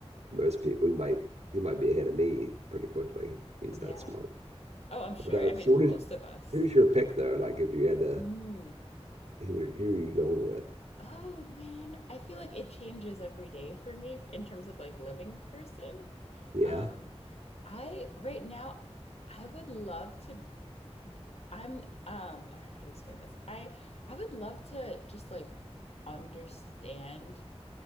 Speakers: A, on the right; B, on the left.
A: most people. He might he might be ahead of me pretty quickly if he's
B: yeah.
A: that smart.
B: Oh, I'm sure.
A: But uh,
B: I mean,
A: so what
B: most
A: is
B: of us.
A: who's your pick though? Like if you had to
B: Mm.
A: who who are you going with?
B: Oh man, I feel like it changes every day for me in terms of like living person.
A: Yeah.
B: Um, I right now I would love to I'm um I don't know how to explain this. I I would love to just like understand